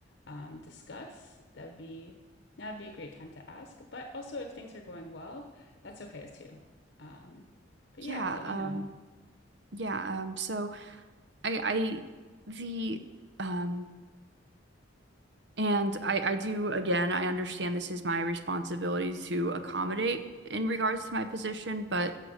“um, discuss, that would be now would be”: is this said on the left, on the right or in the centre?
Left